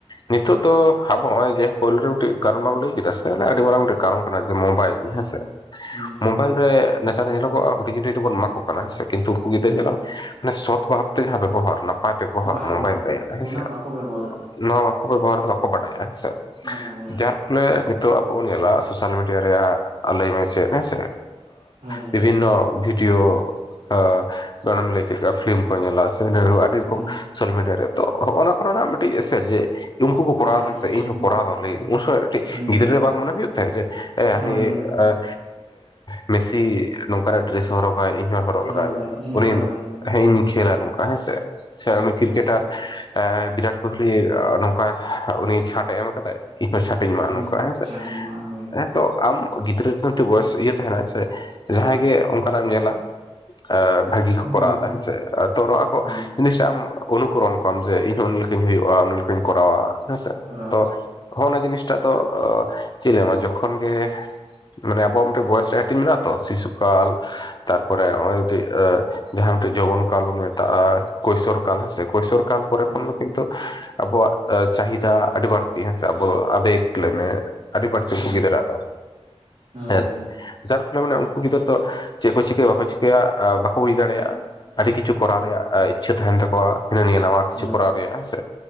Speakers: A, on the left; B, on the right.
A: ᱱᱤᱛᱚᱜ ᱫᱚ ᱟᱵᱚ ᱱᱚᱜᱚᱭ ᱡᱮ ᱯᱳᱭᱞᱳ ᱨᱮ ᱢᱤᱫᱴᱤᱡ ᱠᱟᱨᱚᱱ ᱵᱟᱢ ᱞᱟᱹᱭ ᱠᱮᱫᱟ ᱥᱮ ᱟᱹᱰᱤ ᱢᱟᱨᱟᱝ ᱢᱤᱫᱴᱮ ᱠᱚᱨᱚᱱ ᱠᱟᱱᱟ ᱡᱮ ᱢᱳᱵᱟᱭᱤᱞ
B: ᱦᱩᱸ
A: ᱦᱮᱸ ᱥᱮ
B: ᱦᱩᱸ
A: ᱢᱳᱵᱟᱭᱤᱞ ᱨᱮ ᱱᱮᱛᱟᱨ ᱧᱮᱞᱚᱜᱼᱟ ᱦᱩᱰᱤᱧ ᱦᱩᱴᱤ ᱵᱚᱱ ᱮᱢᱟ ᱠᱚᱣᱟ ᱠᱤᱱᱛᱩ ᱩᱱᱠᱩ ᱜᱤᱫᱽᱨᱟᱹ
B: ᱦᱳᱭ
A: ᱧᱮᱞ ᱞᱟᱢ ᱥᱚᱛ ᱵᱷᱟᱵ ᱛᱮ ᱡᱟᱦᱟᱸ ᱵᱮᱵᱚᱦᱟᱨ ᱱᱟ ᱯᱟᱯᱮ ᱯᱚᱦᱟ
B: ᱵᱟᱵᱚᱦᱟᱨ
A: ᱢᱳᱢᱵᱟᱭᱤᱞ ᱛᱮ
B: ᱚᱱᱟ
A: ᱦᱮᱸ ᱥᱮ
B: ᱵᱟᱠᱚ ᱵᱮᱵᱚᱦᱟᱨ ᱮᱫᱟ
A: ᱱᱚᱣᱟ ᱵᱟᱠᱚ ᱵᱮᱵᱚᱦᱟᱨ ᱫᱚ ᱵᱟᱠᱚ ᱵᱟᱰᱟᱭᱟ ᱦᱮᱸ ᱥᱮ
B: ᱵᱟᱠᱚ ᱵᱟᱲᱟᱭᱟ
A: ᱡᱟᱨ ᱯᱷᱚᱞᱮ ᱛᱳ ᱟᱵᱚ ᱵᱚᱱ ᱧᱮᱞᱟᱜ ᱥᱳᱥᱟᱞ ᱢᱤᱰᱤᱭᱟ ᱨᱮᱭᱟᱜ ᱞᱟᱹᱭ ᱢᱮ ᱪᱮᱫ ᱦᱮᱸᱥᱮ
B: ᱦᱳᱭ ᱦᱳᱭ
A: ᱵᱤᱵᱷᱤᱱᱱᱚ ᱵᱷᱤᱰᱤᱭᱳ ᱟᱨ ᱟᱨ ᱮᱢ ᱞᱟᱹᱭ ᱠᱮᱫᱣᱟ ᱯᱷᱤᱞᱤᱢ ᱠᱚ ᱧᱮᱞᱟ ᱥᱮ ᱟᱹᱰᱤ ᱨᱚᱠᱚᱢ
B: ᱦᱩᱸ
A: ᱥᱳᱥᱟᱞ ᱢᱤᱰᱤᱭᱟ ᱨᱮ ᱛᱚ ᱦᱚᱜ ᱚᱱᱟ ᱠᱚ ᱨᱮᱱᱟᱜ ᱢᱤᱫᱴᱤᱡ ᱮᱥᱮᱨ ᱡᱮ ᱩᱱᱠᱩ ᱠᱚ ᱠᱚᱨᱟᱣ
B: ᱤᱯᱷᱮᱠᱴ
A: ᱫᱟ ᱥᱮ ᱤᱧ
B: ᱦᱩᱸ
A: ᱦᱚᱸ ᱠᱚᱨᱟᱣ ᱫᱟ ᱞᱤᱧ
B: ᱦᱩᱸ
A: ᱩᱱ ᱥᱚᱢᱚᱭ ᱠᱟᱴᱤᱡ
B: ᱦᱩᱸ
A: ᱜᱤᱫᱽᱨᱟᱹ ᱵᱟᱝ ᱢᱚᱱᱮ ᱦᱩᱭᱩᱜ ᱛᱟᱭᱟᱜ ᱡᱮ ᱮ ᱦᱟᱱᱤ
B: ᱦᱳᱭ ᱦᱳᱭ
A: ᱟᱨ ᱢᱮᱥᱤ ᱱᱚᱝᱠᱟᱱᱟᱜ ᱰᱨᱮᱥ ᱮ ᱦᱚᱨᱚᱜᱟ ᱤᱧ ᱦᱚᱸ ᱦᱚᱨᱚᱜ
B: ᱦᱚᱨᱚᱜᱟᱭ
A: ᱞᱟᱜᱟᱣ
B: ᱤᱧ
A: ᱩᱱᱤ
B: ᱦᱚᱨᱚᱜᱟᱹᱧ ᱦᱳᱭ
A: ᱦᱮᱸ ᱤᱧ ᱠᱷᱮᱞᱟ ᱱᱚᱝᱠᱟ ᱦᱮᱸᱥᱮ ᱥᱮ
B: ᱦᱳᱭ ᱦᱳᱭ
A: ᱠᱨᱤᱠᱮᱴᱟᱨ ᱵᱤᱨᱟᱴ ᱠᱳᱦᱞᱤ ᱱᱚᱝᱠᱟ ᱩᱱᱤ ᱪᱷᱟᱴᱮ ᱮᱢ ᱠᱟᱫᱟᱭ ᱤᱧᱦᱚᱸ ᱪᱷᱟᱴᱤᱧ ᱮᱢᱟᱜᱼᱟ
B: ᱦᱩᱸ
A: ᱱᱚᱝᱠᱟ ᱦᱮᱸᱥᱮ
B: ᱪᱷᱟᱹᱴᱤᱧ ᱮᱢᱟᱜᱼᱟ ᱦᱳᱭ
A: ᱦᱮᱸᱛᱚ, ᱟᱢ ᱜᱤᱫᱽᱨᱟᱹ ᱨᱮᱫᱚ ᱢᱤᱫᱴᱮᱱ ᱵᱚᱭᱮᱥ ᱤᱭᱟᱹ ᱛᱟᱦᱮᱱᱟ ᱥᱮ ᱡᱟᱦᱟᱸᱭ ᱜᱮ ᱚᱱᱠᱟᱱᱟᱜ ᱮᱢ ᱧᱮᱞᱟ ᱮ ᱵᱷᱟᱜᱤ ᱠᱚ
B: ᱦᱳᱭ
A: ᱠᱚᱨᱟᱣ
B: ᱦᱳᱭ
A: ᱮᱫᱟ ᱦᱮᱸᱥᱮ ᱛᱚ ᱱᱚᱣᱟ ᱠᱚ
B: ᱦᱳᱭ
A: ᱡᱤᱱᱤᱥ ᱟᱢ ᱚᱱᱩᱠᱚᱨᱚᱱ ᱠᱚᱣᱟᱢ ᱡᱮ ᱤᱧᱦᱚ ᱩᱱᱤ ᱞᱮᱠᱟᱧ ᱦᱩᱭᱩᱜ-ᱟ ᱩᱱᱤ ᱞᱮᱠᱟᱧ ᱠᱚᱨᱟᱣᱟ ᱦᱮᱸᱥᱮ
B: ᱠᱚᱨᱟᱣᱟ
A: ᱛᱚ ᱦᱚᱜᱱᱟ ᱡᱤᱱᱤᱥ ᱴᱟ ᱫᱚ ᱪᱤᱞᱮᱢᱟ ᱡᱚᱠᱷᱚᱱ ᱜᱮ ᱢᱟᱱᱮ ᱟᱵᱚᱣᱟᱜ ᱢᱤᱫᱴᱮᱱ ᱵᱚᱭᱮᱥ ᱨᱮᱭᱟᱜ ᱦᱟᱹᱴᱤᱧ ᱢᱮᱱᱟᱜ-ᱟ ᱛᱚ ᱥᱤᱥᱩᱠᱟᱞ ᱛᱟᱨᱯᱚᱨᱮ ᱱᱚᱜ-ᱚᱭ ᱡᱟᱦᱟᱸ ᱢᱤᱫᱴᱮᱱ ᱡᱳᱣᱵᱚᱱ ᱠᱟᱞ ᱵᱚᱱ ᱢᱮᱛᱟᱜ-ᱟ ᱠᱳᱭᱥᱚᱨ ᱠᱟᱞ ᱠᱳᱭᱥᱚᱨ ᱠᱟᱞ ᱠᱚᱨᱮ
B: ᱦᱳᱭ
A: ᱠᱷᱚᱱ ᱫᱚ ᱠᱤᱱᱛᱩ ᱟᱵᱚᱣᱟᱜ ᱪᱟᱦᱤᱫᱟ ᱟᱹᱰᱤ ᱵᱟᱹᱲᱛᱤ ᱦᱮᱸᱥᱮ ᱟᱵᱚᱫᱚ ᱟᱵᱮᱠ ᱞᱟᱹᱭ ᱢᱮ, ᱟᱹᱰᱤ ᱵᱟᱹᱲᱛᱤ ᱠᱚ
B: ᱦᱳᱭ
A: ᱜᱤᱫᱽᱨᱟᱹ ᱟᱠᱚ ᱫᱚ
B: ᱦᱳᱭ
A: ᱦᱮᱞᱛ
B: ᱦᱳᱭ
A: ᱡᱟᱨ ᱯᱷᱚᱞᱮ ᱢᱟᱱᱮ ᱩᱱᱠᱩ ᱜᱤᱫᱟᱹᱨ ᱛᱚ ᱪᱮᱫ ᱠᱚ ᱪᱤᱠᱟᱹᱭᱟ ᱵᱟᱠᱚ ᱪᱤᱠᱟᱹᱭᱟ ᱵᱟᱠᱚ ᱵᱩᱡ ᱫᱟᱲᱮᱭᱟᱜ-ᱟ ᱟᱹᱰᱤ ᱠᱤᱪᱷᱩ ᱠᱚᱨᱟᱣ ᱨᱮᱭᱟᱜ ᱤᱪᱪᱷᱟᱹ ᱛᱟᱦᱮᱱ ᱛᱟᱠᱚᱣᱟ ᱦᱤᱱᱟᱹ ᱱᱤᱭᱟᱹ ᱱᱟᱣᱟ ᱠᱤᱪᱷᱩ
B: ᱦᱳᱭ
A: ᱠᱚᱨᱟᱣ ᱨᱮᱭᱟᱜ ᱦᱮᱸᱥᱮ